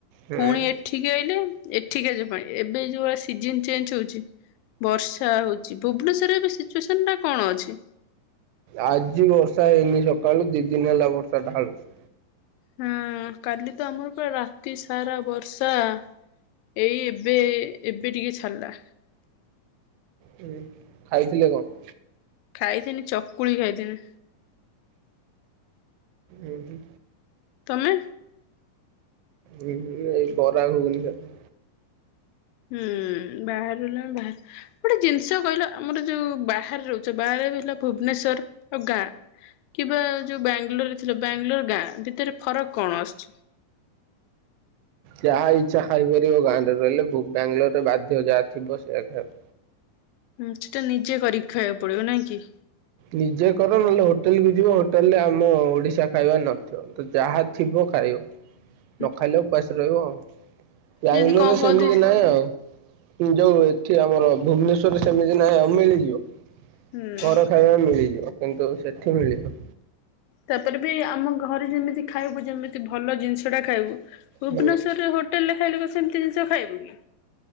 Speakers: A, on the right (about 85°); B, on the left (about 85°).
A: ହୁଁ
B: ପୁଣି ଏଠିକି ଆଇଲେ ଏଠିକାର ଯୋଉ ପାଣି, ଏବେ ଯୋଉ ସିଜନ ଚେଞ୍ଚ ହଉଛି। ବର୍ଷା ହଉଛି, ଭୁବନେଶ୍ୱରରେ ଏବେ ସିଚୁଏସନ୍ଟା କଣ ଅଛି?
A: ଆଜି ବର୍ଷା ହେଇନି ସକାଳୁ ଦି ଦିନି ହେଲା ବର୍ଷା ଢାଳୁଛି।
B: ହଁ କାଲି ତ ଆମର ପୁରା ରାତି ସାରା ବର୍ଷା। ଏଇ ଏବେ ଏବେ ଟିକେ ଛଡ଼ିଲା।
A: ହୁଁ। ଖାଇଥିଲେ କଣ?
B: ଖାଇଥିଲି ଚକୁଳି ଖାଇଥିଲି।
A: ଉଁ ହୁଁ।
B: ତମେ?
A: ଉଁ ମୁଁ ଏଇ ବରା ଘୁଗୁନି ଖାଇଥିଲି।
B: ହୁଁ ବାହାରିଲା ବାହା ଗୋଟେ ଜିନିଷ କହିଲ ଆମର ଯୋଉ ବାହାରେ ରହୁଛ ବାହାରେ ହେଲା ଭୁବନେଶ୍ଵର ଆଉ ଗାଁ କିବା ଯୋଉ ବାଙ୍ଗଲୋର ରେ ଥିଲ, ବାଙ୍ଗଲୋର ଗାଁ ଭିତରେ ଫରକ କଣ ଆସୁଛି?
A: ଯାହା ଇଚ୍ଛା ଖାଇପାରିବ ଗାଁରେ ରହିଲେ ବୋ ବାଙ୍ଗଲୋରରେ ବାଧ୍ୟ ଯାହା ଥିବ ସେଇଆ ଖାୟ।
B: ହୁଁ ସେଟା ନିଜେ କରିିକି ଖାଇବାକୁ ପଡିବ ନାଇଁ କି।
A: ନିଜେ କର ନହେଲେ ହୋଟେଲ କୁ ଯିବ ହୋଟେଲ ରେ ଆମ ଓଡିଶା ଖାଇବା ନଥିବ ତ ଯାହା ଥିବ ଖାୟ।
B: <unintelligible>
A: ନ ଖାଇଲେ ଉପାସରେ ରହିବ ଆଉ, ବାଙ୍ଗଲୋରରେ
B: ଯେମିତି କଣ କହନ୍ତି
A: ସେମିତି ନାହିଁ ଆଉ। ଯୋଉ ଏଠି ଆମର ଭୁବନେଶ୍ଵରରେ ସେମିତି ନାହିଁ ଆଉ ମିଳିଯିବ,
B: ହୁଁ
A: ଘର ଖାଇବା ମିଳିଯିବ କିନ୍ତୁ ସେଠି ମିଳିବ।
B: ତାପରେ ବି ଆମ ଘରେ ଯେମିତି ଖାଇବୁ ଯେମିତି ଭଲ ଜିନିଷ ଟା ଖାଇବୁ। ଭୁବନେଶ୍ୱରରେ
A: ହୁଁ।
B: ହୋଟେଲରେ ଖାଇଲେ କଣ ସେମିତି ଜିନିଷ ଖାଇବୁ କି?